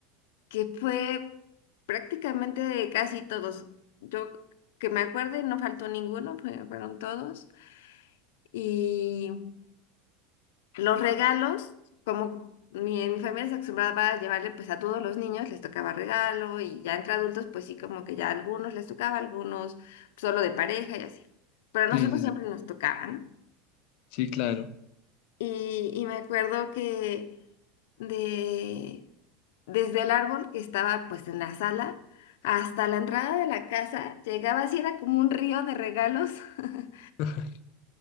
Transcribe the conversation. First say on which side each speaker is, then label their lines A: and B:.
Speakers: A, on the left; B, on the left.
A: que fue prácticamente de casi todos. Yo que me acuerde, no faltó ninguno, fue- fueron todos. Y los regalos, como mi, mi familia se acostumbraba a llevarle pues a todos los niños, les tocaba regalo y ya entre adultos pues sí como que ya a algunos les tocaba, a algunos solo de pareja y así. Pero a nosotros
B: sí, sí,
A: siempre
B: sí,
A: nos tocaban.
B: sí, claro,
A: Y, y me acuerdo que de, desde el árbol que estaba pues en la sala hasta la entrada de la casa llegaba así, era como un río de regalos, <laughs>
B: <laughs>